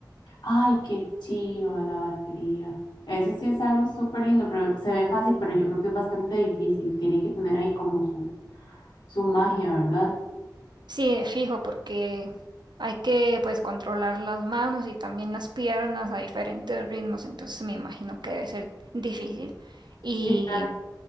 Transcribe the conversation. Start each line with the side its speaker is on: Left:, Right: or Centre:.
Left: Ay, qué chiva la batería. Eso sí es algo súper lindo, pero se ve fácil, pero yo creo que es bastante difícil. Tiene que tener ahí como su, su magia, ¿verdad?
Right: Sí, es fijo, porque hay que pues controlar las manos y también las piernas a diferentes ritmos, entonces me imagino que debe ser difícil. ¿Y
Left: Sí, claro.